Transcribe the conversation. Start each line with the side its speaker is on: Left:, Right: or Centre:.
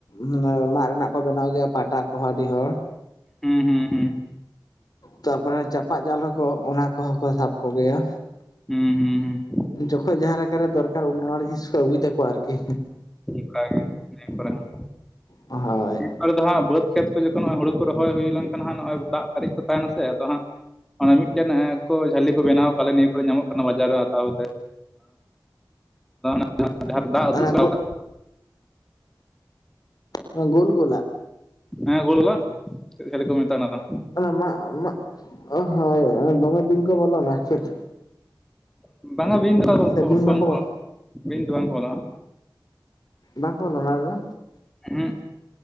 Left: ᱦᱮᱸ, ᱢᱟᱫ ᱨᱮᱱᱟᱜ ᱠᱚ ᱵᱮᱱᱟᱣ ᱜᱮᱭᱟ ᱯᱟᱴᱟ ᱠᱚᱦᱚᱸ ᱟᱹᱰᱤ ᱦᱚᱲ
Centre: ᱦᱩᱸ ᱦᱩᱸ ᱦᱩᱸ
Left: ᱛᱟᱨᱯᱚᱨᱮ ᱪᱟᱯᱟᱫ ᱡᱟᱞ ᱦᱚᱸᱠᱚ ᱚᱱᱟ ᱠᱚᱦᱚᱸ ᱠᱚ ᱥᱟᱵ ᱠᱚᱜᱮᱭᱟ᱾
Centre: ᱦᱩᱸ ᱦᱩᱸ ᱦᱩᱸ
Left: ᱡᱚᱠᱷᱚᱡ ᱡᱟᱦᱟᱸ ᱞᱮᱠᱟᱨᱮ ᱫᱚᱨᱠᱟᱨ, ᱩᱱ ᱱᱚᱣᱟ ᱡᱤᱱᱤᱥ ᱠᱚ ᱟᱹᱜᱩᱭ ᱫᱟᱠᱚ ᱟᱨᱠᱤ
Centre: ᱚᱝᱠᱟᱜᱮ ᱱᱤᱭᱟᱹ ᱠᱚᱨᱮ ᱦᱚᱸ
Left: ᱦᱳᱭ
Centre: ᱱᱚᱸᱰᱮ ᱫᱚ ᱦᱟᱸᱜ ᱵᱟᱹᱫᱽ ᱠᱷᱮᱛ ᱠᱚ ᱡᱚᱠᱷᱚᱱ ᱦᱩᱲᱩ ᱠᱚ ᱨᱚᱦᱚᱭ ᱦᱩᱭ ᱞᱮᱱᱠᱷᱟᱱ ᱦᱟᱸᱜ ᱱᱚᱜᱼᱚᱭ ᱫᱟᱜ ᱯᱟᱨᱤᱡ ᱠᱚ ᱛᱟᱦᱮᱱᱟ ᱥᱮ ᱟᱫᱚ ᱦᱟᱸᱜᱸ ᱚᱱᱮ ᱢᱤᱫᱴᱮᱱ ᱮᱸᱜ ᱠᱚ ᱡᱷᱟᱹᱞᱤ ᱠᱚ ᱵᱮᱱᱟᱣ ᱠᱟᱜ-ᱞᱮ ᱱᱤᱭᱟᱹ ᱠᱚᱨᱮ ᱧᱟᱢᱚᱜ ᱠᱟᱱᱟ ᱵᱟᱡᱟᱨ ᱨᱮ ᱦᱟᱛᱟᱣ ᱛᱮ ᱡᱟᱦᱟᱸ, ᱡᱟᱦᱟ ᱠᱚ ᱫᱟᱜ ‌ᱟᱛᱩᱜ
Left: ᱚᱱᱟ
Centre: ᱠᱟᱜ ᱠᱟᱨᱮ ᱾
Left: ᱦᱮᱸ ᱜᱳᱞ ᱜᱳᱞᱟᱜ
Centre: ᱦᱮᱸ ᱜᱳᱞᱟᱜ ᱪᱮᱫ ᱡᱷᱟᱹᱞᱤ ᱠᱚ ᱢᱮᱛᱟᱜ-ᱟ? ᱚᱱᱟ ᱫᱚ
Left: ᱚᱱᱟ ᱢᱟᱜ, ᱢᱟᱜ ᱦᱳᱭ ᱫᱚᱢᱮ ᱵᱤᱧᱠᱚ ᱵᱚᱞᱚᱱᱟ ᱥᱮ ᱪᱮᱫ?
Centre: ᱫᱚ ᱵᱟᱝ-ᱟ ᱵᱤᱧ ᱫᱚ ᱵᱟᱠᱚ
Left: ᱥᱮ
Centre: ᱠᱚ
Left: ᱵᱤᱧ
Centre: ᱵᱟᱝ
Left: ᱵᱟᱠᱚ
Centre: ᱠᱚ ᱵᱚᱞᱚᱱᱟ ᱾ᱵᱤᱧ ᱫᱚ ᱵᱟᱝ ᱠᱚ ᱵᱚᱞᱚᱜ-ᱟ᱾
Left: ᱵᱟᱝ ᱠᱚ ᱵᱚᱞᱚᱱᱟ ᱚᱸᱰᱮ ᱫᱚ᱾
Centre: ᱮᱸᱦᱮᱸᱜ